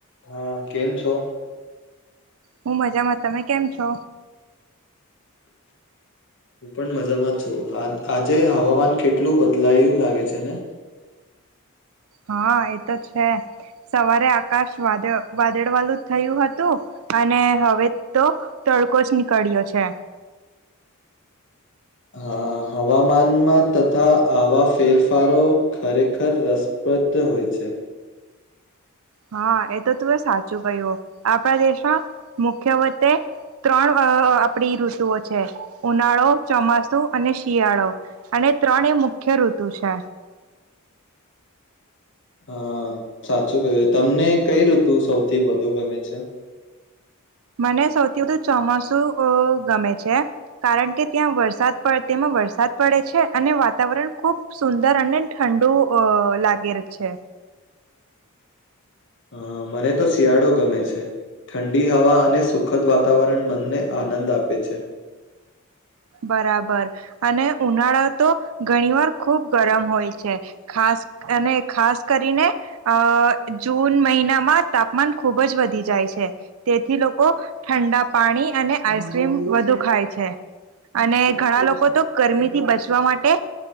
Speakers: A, on the left; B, on the right.
A: હા કેમ છો?
B: હું મજામાં તમે કેમ છો?
A: હું પણ મજામાં છું આજે હવામાન કેટલું બદલાયું લાગે છે ને
B: હા એતો છે. સવારે આકાશ વા વાદળ વાલું થયું હતું અને હવે તો. તડકો જ નીકળ્યો છે.
A: હા
B: હમ.
A: હવામાનમાં તથા આવા ફેરફારો ખરેખર રસપ્રદ હોય છે. હ.
B: હા એ તો તું એ સાચું કહ્યું આપણા દેશમાં મુખ્ય વતે. ત્રણ આપણી ઋતુઓ છે ઉનાળો ચોમાસું અને શિયાળો અને એ ત્રણે મુખ્ય ઋતુ છે
A: હા સાચું કય્યું તમને કઈ ઋતુ સૌથી વધુ ગમે છે <inaudible>
B: મને સૌથી વધુ ચોમાસું અ ગમે છે કારણ કે ત્યાં વરસાદ પડે તેમાં વરસાદ પડે છે અને વાતાવરણ ખુબ સુંદર અને ઠંડુ અ લાગે છે.
A: હા મને તો શિયાળો ગમે છે. ઠંડી હવા અને સુખદ વાતાવરણ મનને આનંદ આપે છે
B: બરાબર અને ઉનાળા તો ઘણી વાર ખુબ ગરમ હોય છે ખાસ અને ખાસ કરીને અ જૂન મહિનામાં તાપમાન ખુબ જ વધી જાય તેથી લોકો ઠંડા પાણી અને આઈસક્રીમ વધુ ખાય છે... અને ઘણા લોકો તો ગરમી થી બચવા માટે